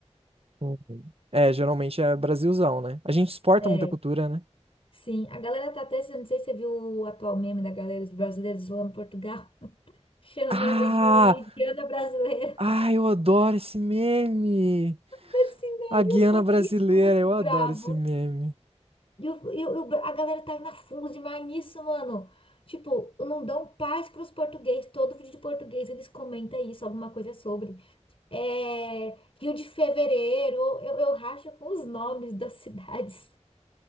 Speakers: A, on the right; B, on the left.
A: Uhum. É, geralmente é Brasilzão, né? A gente exporta
B: É,
A: muita cultura, né?
B: sim. A galera tá até, não sei se você viu o atual meme da galera dos brasileiros zoando Portugal, <laughs> chamando
A: Ah!
B: de Indiana brasileira.
A: Ah, eu adoro esse meme!
B: Esse meme,
A: A Guiana
B: os portugueses
A: brasileira,
B: ficam muito
A: eu adoro
B: bravos.
A: esse meme.
B: E eu, eu, eu- a galera tá na fundo demais nisso, mano. Tipo, não dão paz pros portugueses. Todo vídeo de português eles comentam isso, alguma coisa sobre. É, Rio de Fevereiro, eu, eu racho com os nomes das cidades.